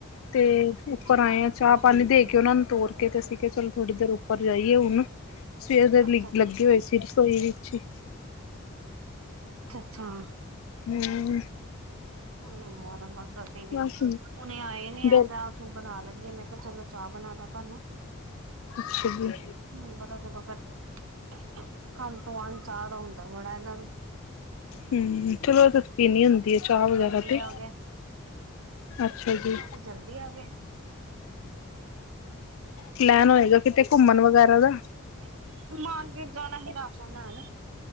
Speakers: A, on the left; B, on the right.
A: ਤੇ ਉੱਪਰ
B: ਅੱਛਾ-ਅੱਛਾ।
A: ਆਏ ਆ ਚਾਹ ਪਾਣੀ ਦੇ ਕੇ। ਕਿ ਉਹਨਾ ਨੂੰ ਤੋਰ ਕੇ ਤੇ ਅਸੀਂ ਕਿਹਾ ਚਲੋ ਥੋੜ੍ਹੀ ਦੇਰ ਉੱਪਰ ਜਾਈਏ ਹੁਣ। ਸਵੇਰ ਦੇ
B: ਅੱਛਾ-ਅੱਛਾ,
A: ਲ ਲੱਗੇ ਹੋਏ ਸੀ ਰਸੋਈ ਵਿੱਚ ਹੀ।
B: ਹਾਂ।
A: ਹਮ।
B: ਹਮ ਬਸ ਅਸੀਂ ਵੀ
A: ਬਸ
B: ਹੁਣੇ ਆਏ ਨੇ ਏਹ
A: ਗ
B: ਚਾਹ ਚੂ ਬਣਾ ਲੈਨੇ ਮੈਂ ਕਿਹਾ ਚਲੋ। ਚਾਹ ਬਣਾਦਾ ਤੁਹਾਨੂੰ
A: ਅੱਛਾ ਜੀ
B: ਹਮ ਪਤਾ ਜਦੋਂ ਫਿਰ। ਕੰਮ ਤੋਂ ਆਣ ਚਾਹ ਦਾ ਹੁੰਦਾ ਹੈ ਬੜਾ ਇਹਨਾਂ ਨੂੰ।
A: ਹਮ ਚਲੋ ਇਹ ਪੀਣੀ ਹੁੰਦੀ ਆ ਚਾਹ
B: ਅੱਜ
A: ਵਗੈਰਾ
B: ਜਲਦੀ
A: ਤੇ।
B: ਆ ਗਏ,
A: ਅੱਛਾ ਜੀ
B: ਅੱਜ ਜਲਦੀ ਆ ਗਏ।
A: ਪਲੈਨ ਹੋਏਗਾ ਕਿਤੇ ਘੁੰਮਣ ਵਗੈਰਾ? ਦਾ
B: ਹੁਣ ਮਾਰਕੀਟ ਜਾਣਾ ਸੀ ਰਾਸ਼ਨ ਲੈਣ।